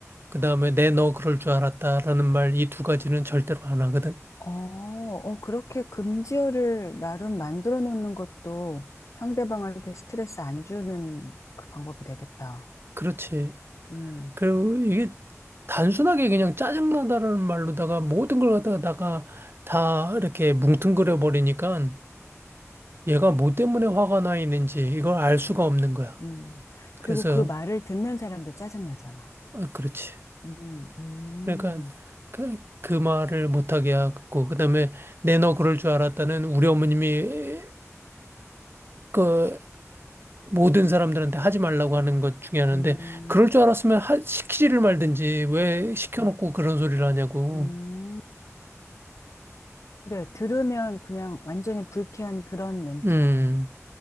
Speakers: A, on the right; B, on the left.
A: 그 다음에 내 너 그럴 줄 알았다라는 말 이 두 가지는 절대로 안 하거든.
B: 어, 어, 그렇게 금지어를 나름 만들어 놓는 것도 상대방한테 스트레스 안 주는 그 방법이 되겠다.
A: 그렇지.
B: 음,
A: 그리고 이게 단순하게 그냥 짜증나다라는 말로다가 모든 걸 갖다가 다 이렇게 뭉뚱그려 버리니까 얘가 뭐 때문에 화가 나 있는지 이걸 알 수가 없는 거야.
B: 음. 그리고
A: 그래서,
B: 그 말을 듣는 사람도 짜증나잖아.
A: 아, 그렇지.
B: 음, 음,
A: 그러니까 그, 그 말을 못하게 하고 그다음에 내 너 그럴 줄 알았다는 우리 어머님이 그 모든 사람들한테 하지 말라고 하는 것 중에 하나인데
B: 음.
A: 그럴 줄 알았으면 하, 시키지를 말든지 왜 시켜놓고
B: 음.
A: 그런 소리를 하냐고.
B: 음, 그래. 들으면 그냥 완전히 불쾌한 그런 멘트네.
A: 음,